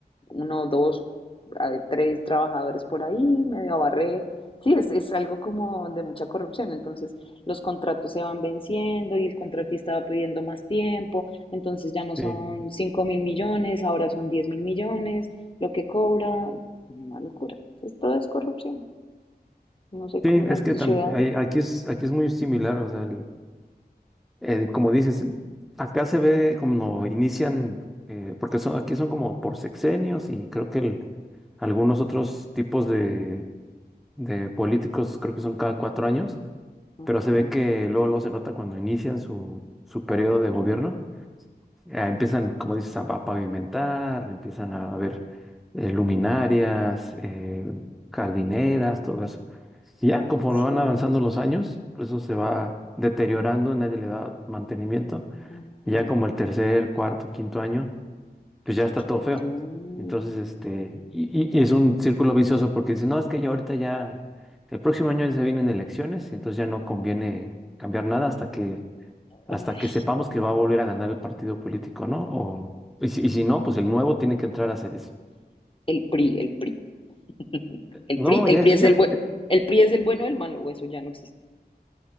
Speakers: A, on the left (about 30°); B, in the centre.
A: uno, dos, eh, tres trabajadores por ahí, medio a barrer. Sí, es, es algo como de mucha corrupción. Entonces, los contratos se van venciendo y el contratista va pidiendo más tiempo. Entonces, ya no son
B: Sí.
A: 5 mil millones, ahora son 10 mil millones, lo que cobra. Una locura. Entonces, todo es corrupción. No sé cómo
B: Sí,
A: sea
B: es
A: en
B: que
A: tu
B: tam-
A: ciudad.
B: ahí- aquí es, aquí es muy similar, o sea, el- el- como dices, acá se ve como inician, eh, porque son, aquí son como por sexenios y creo que el- algunos otros tipos de, de políticos creo que son cada cuatro años,
A: Ujú,
B: pero se ve que luego, luego se nota cuando inician su, su periodo de gobierno, eh, empiezan, como dices, a, a pavimentar, empiezan a, ver eh, luminarias, eh, jardineras, todo eso. Y ya, conforme
A: Sí.
B: van avanzando los años, pues eso se va deteriorando, nadie le da mantenimiento.
A: ujú.
B: Y ya como el tercer, cuarto, quinto año, pues ya está todo
A: No,
B: feo. Entonces, este, y, y- y es un círculo vicioso porque dicen, no, es que ya ahorita ya, el próximo año ya se vienen elecciones, entonces ya no conviene cambiar nada hasta que, hasta
A: ay,
B: que sepamos que va a volver a ganar el partido político, ¿no? O, y si, y si no, pues el nuevo tiene que entrar a hacer eso.
A: El PRI, el PRI. <laughs> El
B: No,
A: PRI, el
B: ya
A: PRI
B: es,
A: es
B: ya,
A: el buen, el PRI es el bueno o el malo, o eso ya no existe.